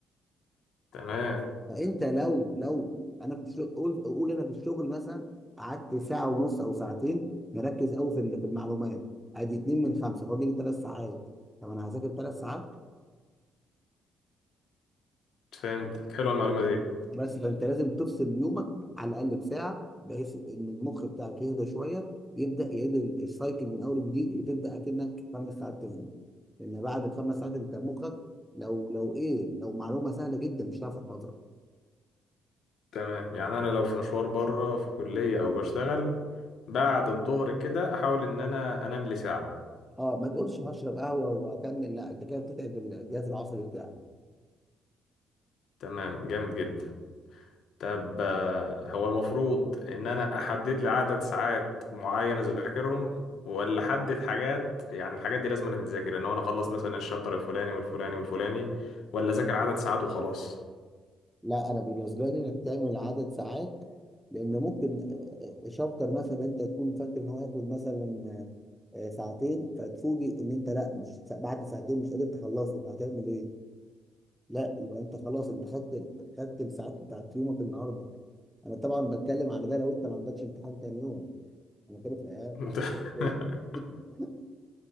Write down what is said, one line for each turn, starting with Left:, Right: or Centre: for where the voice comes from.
Left: تمام
Centre: فانت لو لو انا في الشغل قول قول انا في الشغل مثلا قعدت ساعه ونص او ساعتين مركز قوي في ال- في المعلومات ادي اتنين من خمسه فاضل لي ثلاث ساعات طب انا هذاكر ثلاث ساعات
Left: فهمتك حلوة المعلومة دي
Centre: بس فانت لازم تفصل يومك على الاقل بساعه بحيث ان المخ بتاعك يهدى شويه يبدا يعيد ال- السايكل من اول وجديد وتبدا اكنك خمس ساعات تاني لان بعد الخمس ساعات انت مخك لو لو ايه لو معلومه سهله جدا مش هتعرف تحفظها
Left: تمام يعني انا لو في مشوار بره في كلية او بشتغل بعد الظهر كده احاول ان انا انام لي ساعة
Centre: اه ما تقولش هشرب قهوه واكمل لا انت كده بتتعب الجهاز العصبي بتاعك
Left: تمام جامد جدا طب آه، هو المفروض ان انا احدد لي عدد ساعات معينة اذاكرهم ولا احدد حاجات يعني الحاجات دي لازم أنا تتذاكر ان هو انا اخلص مثلا الشابتر الفلاني والفلاني والفلاني ولا اذاكر عدد ساعات وخلاص
Centre: لا انا بالنسبه لي انك تعمل عدد ساعات لان ممكن آه، آه، شابتر مثلا انت تكون فاكر ان هو ياخد مثلا آه، آه، ساعتين فتفوجئ ان انت لا مش بعد ساعتين مش قادر تخلصه فهتعمل ايه؟ لا يبقى انت خلاص انت خدت خدت الساعات بتاعت يومك النهارده انا طبعا بتكلم على ده لو انت ما عندكش امتحان تاني يوم انا بتكلم في الأيام
Left: <laughs>
Centre: العادية. <laughs>